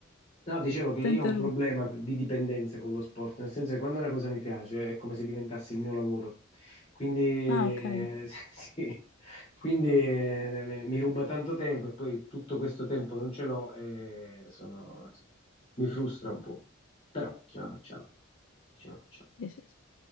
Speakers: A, on the left; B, on the left.
A: No, dicevo che io
B: Ti interrompo.
A: ho un problema di dipendenza con lo sport, nel senso che quando una cosa mi piace è come se diventasse il mio lavoro. Quindi, eh,
B: Ah, ok.
A: <laughs> sì, quindi eh, mi ruba tanto tempo e poi tutto questo tempo non ce l'ho e sono, insomma, mi frustra un po'. Però ce la facciamo, ce la facciamo.
B: Sì, sì, sì.